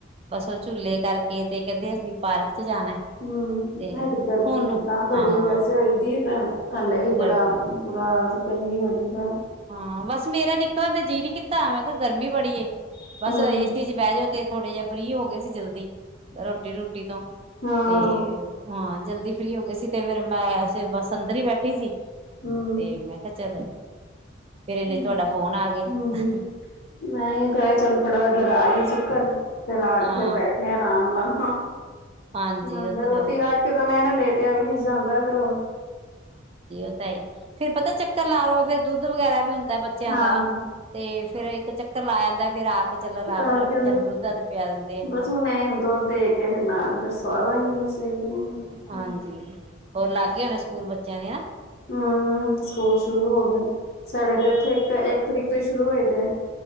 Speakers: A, on the right (about 30°); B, on the left (about 50°).
A: ਬਸ ਉਹ ਝੂਲੇ ਕਰਕੇ, ਤੇ ਕਹਿੰਦੇ ਅਸੀਂ ਪਾਰਕ ਚ ਜਾਣਾ।
B: ਹੂੰ।
A: ਤੇ
B: ਅਜ ਗਰਮੀ
A: ਹੁਣ
B: ਓਦਾਂ, ਬੜੀ
A: ਹਾਂ
B: ਵੈਸੇ ਹੋਈ ਦੀ, ਤਾਂ। ਹਲੇ ਵੀ ਬੜਾ
A: ਗੜਬੀ
B: ਬੁਰਾ ਹਾਲ ਸੀ। ਗਰਮੀ ਬੜੀ ਬਾ
A: ਹਾਂ। ਬਸ ਮੇਰਾ ਨਿੱਕਲ ਤੇ, ਜੀਅ ਨੀ ਕੀਤਾ। ਮੈਂ ਕਿਹਾ ਗਰਮੀ ਬੜੀ ਏ।
B: ਹੂੰ,
A: ਬਸ ਏਸੀ ਚ ਬਹਿ ਜਾਓ ਤੇ। ਥੋੜੇ ਜਿਹੇ, ਫਰੀ ਹੋ ਗਏ ਸੀ, ਜਲਦੀ। ਰੋਟੀ- ਰੂਟੀ ਤੋਂ।
B: ਹਾਂ
A: ਤੇ ਹਾਂ, ਜਲਦੀ ਫ੍ਰੀ ਹੋ ਗਏ ਸੀ। ਤੇ ਫੇਰ ਮੈਂ, ਬਸ ਅੰਦਰ ਹੀ ਬੈਠੀ ਸੀ।
B: ਹੂੰ।
A: ਤੇ ਮੈਂ ਕਿਹਾ ਚਲ ਫੇਰ ਇਨੇ
B: ਹੂੰ,
A: ਚ ਤੁਹਾਡਾ ਫੋਨ ਆ ਗਿਆ।
B: ਹੂੰ। ਮੈਂ ਕਿਹਾ ਚੱਲੋ। ਥੋੜਾ, ਲਗਾ ਆਈਏ ਚਕਰ। ਫੇਰ ਆ
A: ਹਾਂ
B: ਕੇ, ਫੇ ਬੈਠੇ ਦੇ ਆ, ਆਰਾਮ ਨਾਲ।
A: ਹਾਂਜੀ
B: ਬੰਦਾ
A: ਉਹ ਤਾਂ
B: ਰੋਟੀ
A: ਹੋਰ
B: ਖਾਕੇ। ਇਕ ਦਮ ਹੈ ਨਾ, ਲੇਟਿਆ ਵੀ ਨਹੀਂ ਜਾਂਦਾ। ਫੇਰ ਉਹ
A: ਨਹੀਂ। ਫੇਰ ਪਤਾ ਚੱਕਰ ਲਾਔ, ਫੇਰ ਦੁੱਧ ਵਗੈਰਾ ਵੀ ਹੁੰਦਾ। ਬੱਚਿਆਂ
B: ਹਾਂ,
A: ਦਾ। ਤੇ ਫੇਰ ਇੱਕ, ਚੱਕਰ ਲਾ ਆਦਾ। ਫੇਰ ਆ ਕੇ ਚਲ, ਆਰਾਮ
B: ਆ
A: ਨਾਲ ਬੱਚਿਆਂ
B: ਕੇ
A: ਨੂੰ, ਦੁੱਧ- ਦਧ ਪਿਆ ਦਿੰਦੇ ਆ।
B: ਬਸ ਹੁਣ ਐ ਹੁਣ ਦੁੱਧ ਦੇ, ਕੇ ਫੇਰ ਨਾਲ ਹੀ। ਫੇਰ ਸਵਾ ਦਵਾਂਗੀ, ਬਸ। ਕਰਾਂਗੀ
A: ਹਾਂਜੀ। ਹੋਰ, ਲੱਗ ਗਏ ਹੋਣੇ। ਸਕੂਲ ਬੱਚਿਆਂ ਦੇ।
B: ਹੂੰ। ਸਕੂਲ ਸ਼ੁਰੂ ਹੋ ਗਏ। ਸਾਡੇ ਇੱਥੇ ਤੇ ਇੱਕ ਤਰੀਕ ਤੋਂ ਹੀ, ਸ਼ੁਰੂ ਹੋਏ ਪਏ ਹੈ।